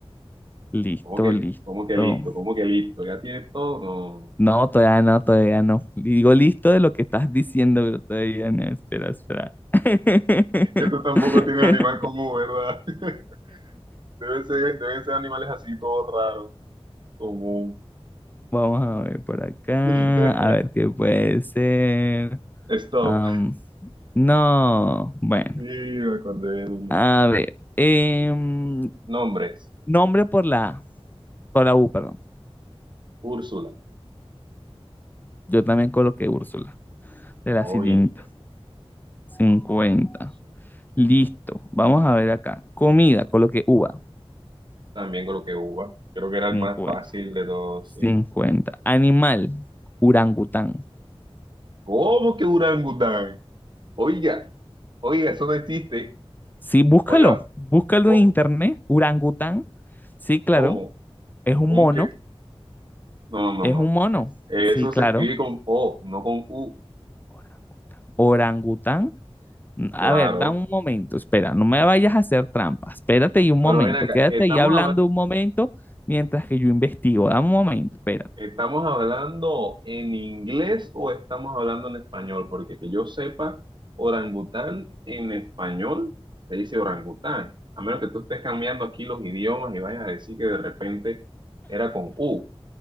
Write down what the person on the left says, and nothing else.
listo,
listo.
No,
todavía no, todavía no. Digo listo de lo que estás diciendo, pero todavía no. Espera, espera. <laughs>
Vamos a ver por acá,
a ver qué puede ser.
Am, no, bueno,
a ver. em,
nombre por la, por la U, perdón.
Yo también coloqué Úrsula, de la sirenita.
cincuenta
Listo, vamos a ver acá. Comida, coloqué uva.
cincuenta
Cincuenta
Animal, orangután.
Sí, búscalo,
búscalo
en internet, orangután. Sí, claro,
es un
mono,
es
un mono.
Sí, claro,
orangután. Orangután. A
ver, da un momento, espera, no me vayas a hacer trampa. Espérate ahí un momento,
quédate
ahí hablando un momento mientras que yo investigo. Dame un momento, espera.